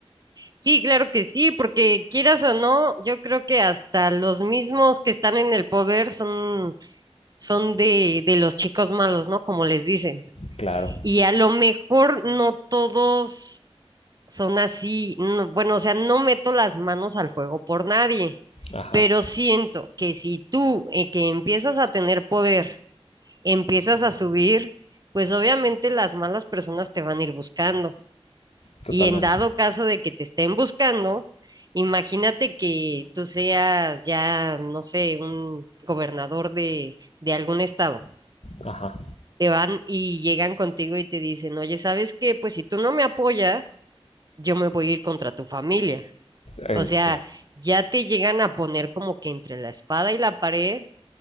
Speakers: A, on the right; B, on the left.
A: Sí, claro que sí, porque quieras o no, yo creo que hasta los mismos que están en el poder son, son de, de los chicos malos, ¿no? Como les dicen.
B: Claro,
A: Y a lo mejor no todos son así, no- bueno, o sea, no meto las manos al fuego por nadie,
B: ajá,
A: pero siento que si tú eh, que empiezas a tener poder, empiezas a subir, pues obviamente las malas personas te van a ir buscando.
B: totalmente,
A: Y en dado caso de que te estén buscando, imagínate que tú seas ya, no sé, un gobernador de, de algún estado.
B: ajá,
A: Te van y llegan contigo y te dicen, oye, ¿sabes qué? Pues si tú no me apoyas, yo me voy a ir contra tu familia.
B: es
A: O sea,
B: claro.
A: ya te llegan a poner como que entre la espada y la pared